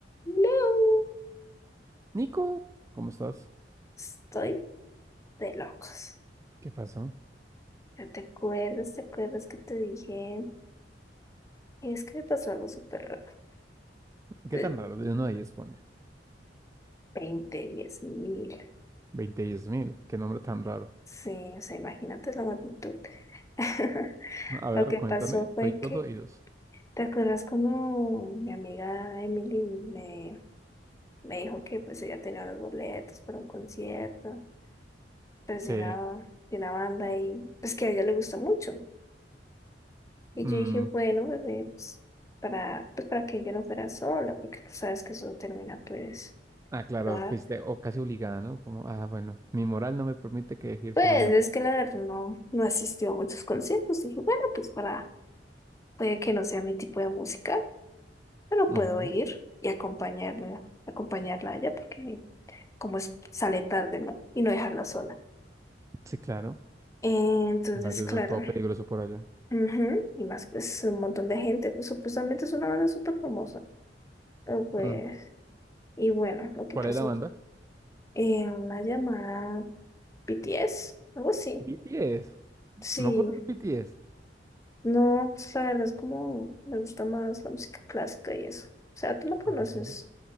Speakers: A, on the left; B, on the right.
A: No,
B: Nico, ¿cómo estás?
A: estoy de locos.
B: ¿Qué pasó?
A: ¿Ya te acuerdas? ¿Te acuerdas que te dije? Es que me pasó algo súper raro.
B: ¿Qué
A: De
B: tan raro de uno a diez, ponle?
A: 20, 10 <laughs> mil.
B: Veinte diez mil, qué nombre tan raro.
A: Sí, o sea, imagínate la magnitud. <laughs>
B: A ver,
A: Lo que
B: cuéntame,
A: pasó fue
B: soy todo
A: que,
B: oídos.
A: ¿te acuerdas cuando mi amiga Emily me, me dijo que pues ella tenía los boletos para un concierto, pues
B: Sí.
A: de una, de una banda y pues que a ella le gusta mucho? Y
B: mm,
A: yo dije, bueno, bebé, pues, para, pues, para que ella no fuera sola, porque tú sabes que eso no termina, pues,
B: ah, claro,
A: da-
B: fuiste o casi obligada, ¿no? Como, ah, bueno, mi moral no me permite que decir
A: Pues
B: solo a mi amiga.
A: es que la verdad no, no asistió a muchos conciertos. Dije, bueno, pues para, puede que no sea mi tipo de música, pero
B: Ujú.
A: puedo ir y acompañarla, acompañarla a ella, porque como es, sale tarde, ¿no? Y no dejarla sola.
B: Sí, claro.
A: Eh, Entonces,
B: Y más eso
A: claro,
B: es todo peligroso por allá.
A: ujú, Y más, pues un montón de gente, pues supuestamente es una banda súper famosa, pero pues,
B: Mm.
A: y bueno, lo que
B: ¿Cuál
A: pasó
B: es la banda?
A: eh, una llamada B T S algo así.
B: BTS.
A: Sí,
B: ¿No conoces BTS?
A: no, pues la verdad es como me gusta más la música clásica y eso. O sea, tú me conoces.
B: Ay,